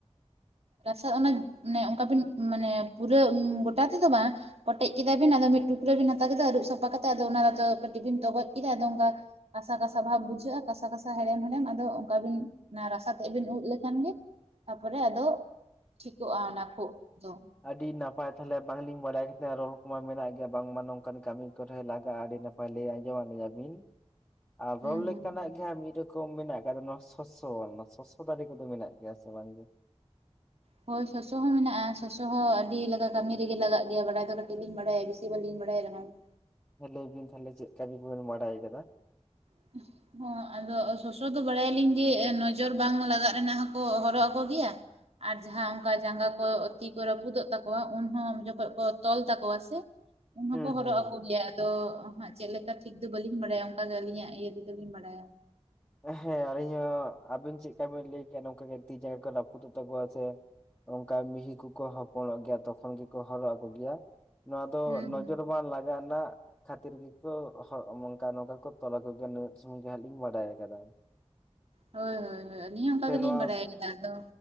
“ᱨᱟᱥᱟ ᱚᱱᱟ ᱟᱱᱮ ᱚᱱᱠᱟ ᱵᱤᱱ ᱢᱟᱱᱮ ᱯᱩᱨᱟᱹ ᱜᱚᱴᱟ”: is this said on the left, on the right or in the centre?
Right